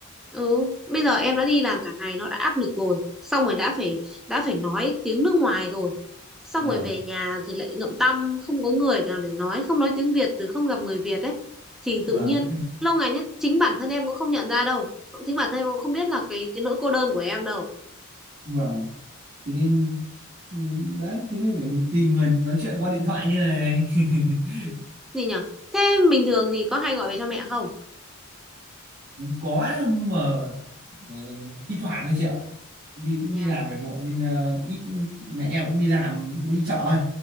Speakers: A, in the centre; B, on the right.
A: ừ bây giờ em đã đi làm cả ngày nó đã áp lực rồi xong rồi đã phải đã phải nói tiếng nước ngoài rồi xong
B: Vâng,
A: rồi về nhà thì lại ngậm tăm không có người nào để nói không nói tiếng Việt rồi không gặp người Việt ấy thì
B: vâng.
A: tự nhiên lâu ngày nhất chính bản thân em cũng không nhận ra đâu chính bản thân em cũng không biết là cái cái nỗi cô đơn của em đâu
B: Vâng. Thế nên ừ, đấy thế nên mình tìm người nói chuyện qua điện thoại như này <laughs>
A: Ừ. gì nhở thế bình thường thì có hay gọi về cho mẹ không
B: có nhưng mà ờ, thi thoảng thôi chị ạ đi đi
A: Thế à,
B: làm về muộn nên ờ, ít mẹ em cũng đi làm cũng đi chợ thôi